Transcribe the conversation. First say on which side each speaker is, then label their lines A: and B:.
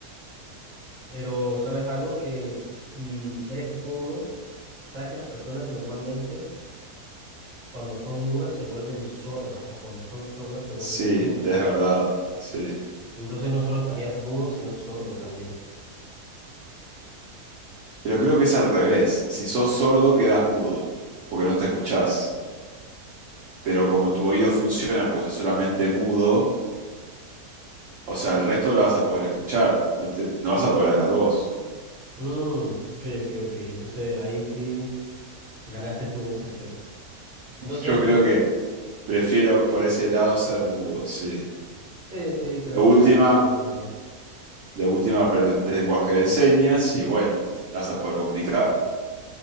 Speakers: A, on the right (about 35°); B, on the right (about 65°).
A: Pero sabes algo que si eres mudo, sabes que las personas normalmente cuando son mudas se vuelven sordas o cuando son sordas se vuelven
B: Sí,
A: mudas.
B: es verdad, sí.
A: Entonces no solo estarías mudo, sino sordo también.
B: Pero creo que es al revés. Si sos sordo, quedas mudo, porque no te escuchás. Pero como tu oído funciona porque sos solamente mudo, O sea, el resto lo vas a poder escuchar, no, te- no vas a poder hablar vos.
A: Mm, ok, ok, ok. Entonces ahí sí ganaste tú en ese aspecto. Entonces,
B: Yo creo que prefiero por ese lado ser mudo, sí.
A: <laughs> sí, sí, creo
B: De última,
A: que, que suena mejor.
B: de última aprendes el lenguaje de señas y bueno, te vas a poder comunicar.